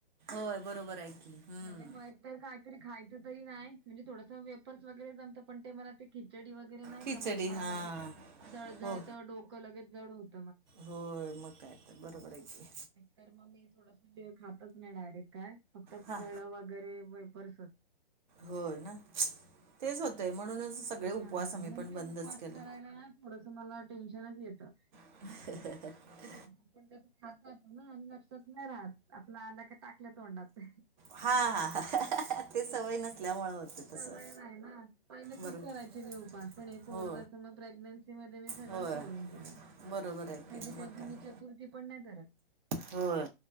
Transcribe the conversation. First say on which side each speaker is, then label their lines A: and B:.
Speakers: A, on the right; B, on the right.
A: होय बरोबर आहे की हम्म.
B: म्हणजे मग काहीतरी खाय तरी नाही. म्हणजे थोडस वेपर्स वगैरे जमतं, पण ते मला ते खिचडी वगैरे नाही
A: खिचडी
B: जमत, मला
A: हां
B: लगेलच जळजळत,
A: हो
B: डोकं लगेच जड होत.
A: होय, मग काय तर बरोबर आहे की.
B: एक तर मग मी थोडस वेळ खातच नाही डायरेक्ट काय, फक्त
A: हां
B: फळ वगैरे वेपरसच
A: होय ना. तेच होतंय म्हणूनच सगळे
B: हा
A: उपवास आम्ही
B: म्हणून
A: पण
B: ते
A: बंदच
B: उपास
A: केलं
B: करायला. थोडस मला टेन्शनच येतं.
A: ह ह ह ह ह...
B: आपण त्यासं खाततो ना आणि लक्षात नाही राहत. आपला आल्यावर की टाकलं तोंडात.
A: हां हां हां ते
B: याचा
A: सवय नसल्यामुळं होते तसं
B: सवय नाही ना पहिले खूप
A: बरोबर
B: करायचे मी उपास. पण पोरदस
A: हो
B: अस मग प्रेग्नेन्सी मध्ये मी सगळं
A: होय
B: सोडून दिलं.
A: बरोबर आहेकी
B: कधी
A: मग.
B: मी
A: काय
B: चतुर्थी पण नाही धरत.
A: होय